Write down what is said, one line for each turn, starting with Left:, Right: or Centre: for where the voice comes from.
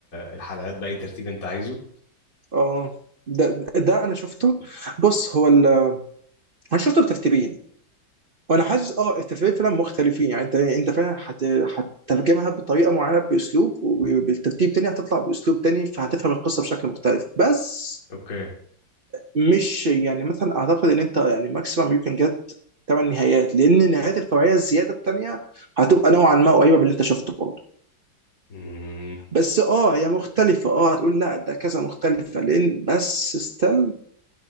Left: الحلقات بأي ترتيب أنت عايزه
Right: اه ده ده انا شفته بص هو ال... انا شفته بترتيبين وانا حاسس اه الترتيبين فعلا مختلفين يعني انت انت فعلا هت... هتترجمها بطريقه معينه باسلوب وبالترتيب تاني هتطلع باسلوب تاني فهتفهم القصه بشكل مختلف بس
Left: أوكي
Right: مش يعني مثلا اعتقد ان انت يعني ماكسيمم يو كان جت ثمان نهايات لان نهايات الفرعيه الزياده الثانيه هتبقى نوعا ما قريبه من اللي انت شفته برضه
Left: مم.
Right: بس اه هي مختلفه اه هتقول لا ده كذا مختلفه لان بس ستيل